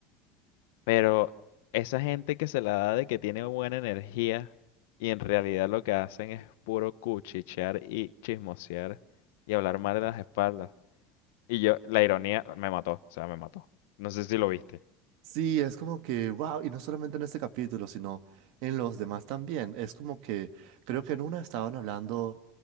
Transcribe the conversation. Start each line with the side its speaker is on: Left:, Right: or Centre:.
Left: pero esa gente que se la da de que tiene buena energía y en realidad lo que hacen es puro cuchichear y chismosear y hablar mal de las espaldas. Y yo, la ironía me mató, o sea, me mató. No sé si lo viste.
Right: Sí, es como que, wow, y no solamente en este capítulo, sino en los demás también. Es como que, creo que en una estaban hablando,